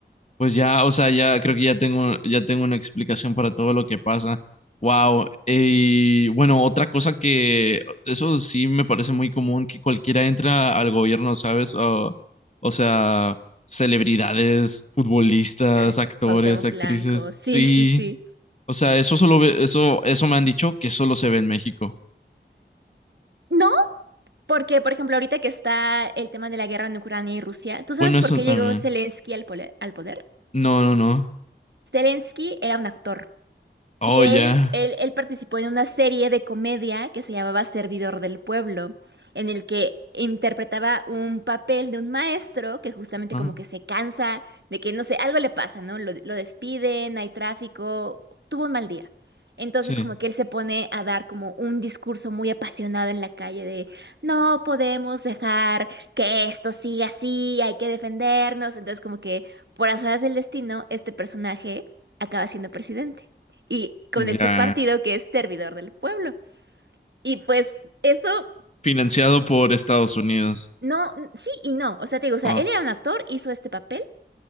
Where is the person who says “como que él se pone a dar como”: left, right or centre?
Right